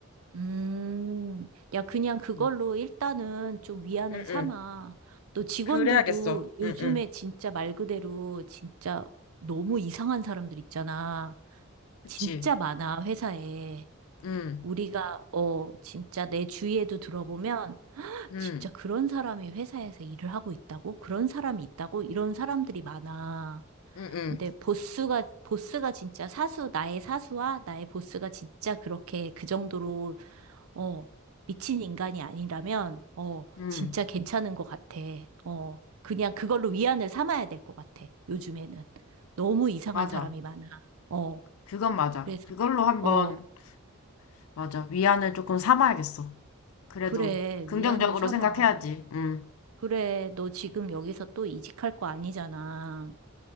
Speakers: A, on the right; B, on the left.
A: 음, 야, 그냥 그걸로
B: 응,
A: 일단은 좀 위안을
B: 응,
A: 삼아.
B: 응.
A: 또 직원들도
B: 그래야겠어.
A: 요즘에
B: 응, 응.
A: 진짜 말 그대로 진짜 너무 이상한 사람들 있잖아.
B: 그치.
A: 진짜 많아, 회사에.
B: 응,
A: 우리가, 어, 진짜 내 주위에도 들어보면,
B: 응,
A: 진짜 그런 사람이 회사에서 일을 하고 있다고? 그런 사람이 있다고? 이런 사람들이 많아.
B: 응, 응,
A: 근데 보스가, 보스가 진짜 사수, 나의 사수와 나의 보스가 진짜 그렇게 그 정도로 어, 미친 인간이 아니라면, 어,
B: 응.
A: 진짜 괜찮은 것 같아. 어, 그냥 그걸로 위안을 삼아야 될 것 같아. 요즘에는. 너무 이상한
B: 맞아.
A: 사람이 많아. 어,
B: 그건 맞아.
A: 그래서,
B: 그걸로 한번,
A: 어,
B: 맞아. 위안을 조금 삼아야겠어. 그래도,
A: 그래,
B: 긍정적으로
A: 위안을 삼아.
B: 생각해야지. 응,
A: 그래, 너 지금 여기서 또 이직할 거 아니잖아.